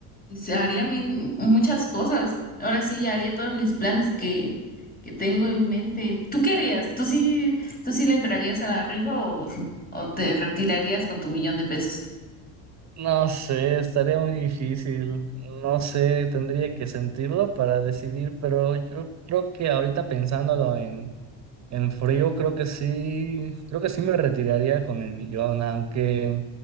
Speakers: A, on the left; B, on the right.
A: Se haría mil, muchas cosas. Ahora sí, haría todos mis planes que, que tengo en mente. ¿Tú qué harías? ¿Tú sí, tú sí le entrarías a la rifa o, o te retirarías con tu millón de pesos?
B: No sé, estaría muy difícil. No sé, tendría que sentirlo para decidir, pero yo creo que ahorita pensándolo en, En frío creo que sí, creo que sí me retiraría con el millón, aunque